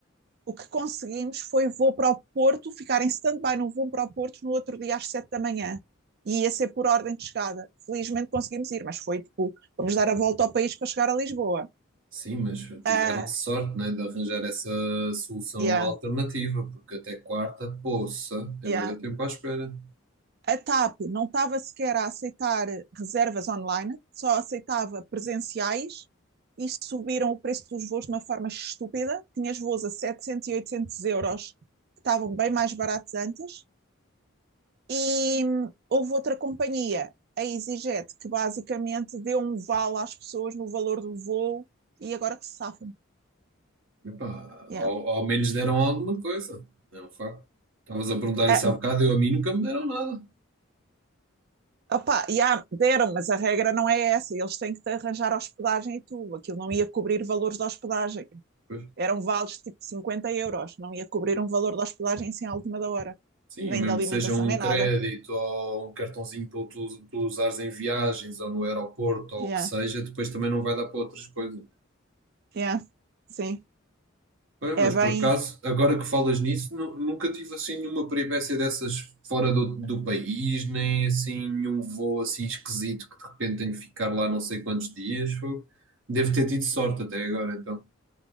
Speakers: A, on the right (about 50°); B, on the right (about 65°).
A: O que conseguimos foi vou para o Porto, ficar em stand-by não vou para o Porto no outro dia às sete da manhã. E ia ser por ordem de chegada. Felizmente conseguimos ir, mas foi tipo, vamos dar a volta ao país para chegar a Lisboa.
B: Sim, mas tiveram
A: Uh,
B: sorte, né, de arranjar essa solução
A: yeah.
B: alternativa, porque até quarta, poça, é
A: Yeah.
B: bué de tempo à espera.
A: A TAP não estava sequer a aceitar reservas online, só aceitava presenciais e subiram o preço dos voos de uma forma estúpida. Tinhas voos a 700 e 800 euros, que estavam bem mais baratos antes. E hum, houve outra companhia, a EasyJet, que basicamente deu um vale às pessoas no valor do voo e agora que se safam.
B: Epá,
A: Yeah.
B: ao, ao menos deram alguma coisa. É um facto. Estavas a perguntar
A: Ah,
B: isso há bocado, eu a mim nunca me deram nada.
A: opá, yeah, deram, mas a regra não é essa. Eles têm que te arranjar hospedagem e tudo. Aquilo não ia cobrir valores de hospedagem.
B: Pois.
A: eram vales tipo 50 euros, não ia cobrir um valor da hospedagem assim à última da hora,
B: Sim,
A: nem
B: mesmo
A: da alimentação,
B: que seja um
A: nem
B: crédito
A: nada.
B: ou um cartãozinho para tu, tu usares em viagens ou no aeroporto ou
A: Yeah,
B: o que seja, depois também não vai dar para outras coisas.
A: yeah, sim.
B: Pois,
A: É
B: mas
A: bem.
B: por acaso, agora que falas nisso, nu- nunca tive assim nenhuma peripécia dessas fora do, do país, nem assim nenhum voo assim esquisito que de repente tenho que ficar lá não sei quantos dias. Foi- Devo ter tido sorte até agora, então,